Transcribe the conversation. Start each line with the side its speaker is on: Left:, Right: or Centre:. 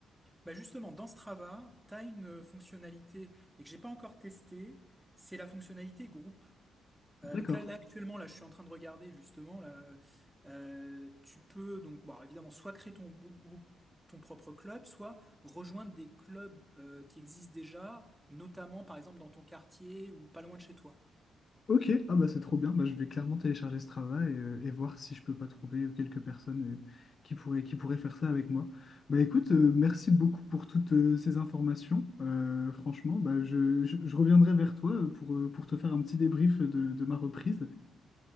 Centre: Bah justement, dans Strava, tu as une euh, fonctionnalité, mais que j'ai pas encore testée, c'est la fonctionnalité groupe.
Left: D'accord.
Centre: Euh, donc là, là actuellement, là je suis en train de regarder justement là, euh, tu peux donc bon évidemment soit créer ton grou- groupe, ton propre club, soit rejoindre des clubs euh, qui existent déjà, notamment par exemple dans ton quartier ou pas loin de chez toi.
Left: Ok, ah bah c'est trop bien. Bah, je vais clairement télécharger ce travail et, euh, et voir si je peux pas trouver euh, quelques personnes euh, qui pourraient, qui pourraient faire ça avec moi. Bah écoute, euh, merci beaucoup pour toutes euh, ces informations. Euh, franchement, bah, je, je- je reviendrai vers toi euh, pour, euh, pour te faire un petit débrief de, de ma reprise.